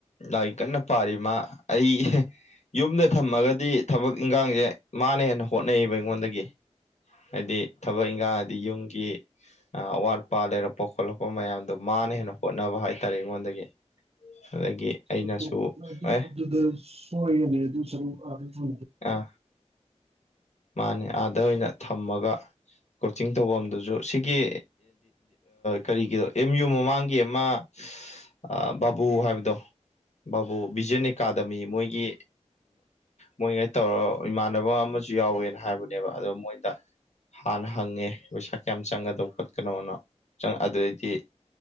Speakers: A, on the left (about 70°); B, on the right (about 60°).
A: ꯂꯥꯏꯔꯤꯛ ꯀꯟꯅ ꯄꯥꯔꯤ ꯃꯥ ꯑꯩ ꯌꯨꯝꯗ ꯊꯝꯃꯒꯗꯤ ꯊꯕꯛ ꯏꯟꯈꯥꯡꯁꯦ ꯃꯥꯅ ꯍꯦꯟꯅ ꯍꯣꯠꯅꯩꯌꯦꯕ ꯑꯩꯉꯣꯟꯗꯒꯤ ꯍꯥꯏꯗꯤ ꯊꯕꯛ ꯏꯪꯈꯥꯡ ꯍꯥꯏꯗꯤ ꯌꯨꯝꯒꯤ ꯑꯋꯥꯠ ꯑꯄꯥꯥ ꯂꯩꯔꯛꯄ ꯈꯣꯠꯂꯛꯄ ꯃꯌꯥꯝꯗꯣ ꯃꯥꯅ ꯍꯦꯟꯅ ꯍꯣꯠꯅꯕ ꯍꯥꯏꯇꯥꯔꯦ ꯑꯩꯉꯣꯟꯗꯒꯤ ꯑꯗꯒꯤ ꯑꯩꯅꯁꯨ
B: ꯑꯗꯨ ꯑꯗꯨ
A: ꯑꯦ
B: ꯑꯗꯨꯗ ꯁꯣꯏꯅꯦ ꯑꯗꯨ ꯁꯔ ꯐ
A: ꯑꯥ ꯃꯥꯅꯦ ꯑꯥꯗ ꯑꯣꯏꯅ ꯊꯝꯃꯒ ꯀꯣꯆꯤꯡ ꯇꯧꯚꯝꯗꯨꯖꯨ ꯁꯤꯒꯤ ꯀꯔꯤꯒꯤꯗꯣ ꯑꯦꯝ ꯌꯨ ꯃꯃꯥꯡꯒꯤ ꯑꯃ ꯑ ꯕꯥꯕꯨ ꯍꯥꯏꯕꯗꯣ ꯕꯥꯕꯨ ꯚꯤꯖꯟ ꯑꯦꯀꯥꯗꯃꯤ ꯃꯣꯏꯒꯤ ꯃꯣꯏꯒꯩ ꯇꯧꯔ ꯏꯃꯥꯟꯅꯕ ꯑꯃꯖ ꯨ ꯖꯨ ꯌꯥꯎꯋꯦꯅ ꯍꯥꯏꯕꯅꯦꯕ ꯑꯗꯣ ꯃꯣꯏꯗ ꯍꯥꯟꯅ ꯍꯪꯉꯦ ꯄꯩꯁꯥ ꯀꯌꯥꯝ ꯆꯪꯒꯗꯧꯕ ꯈꯣꯠꯀꯅꯣꯅ ꯆꯪ ꯑꯗꯨꯗꯩꯗꯤ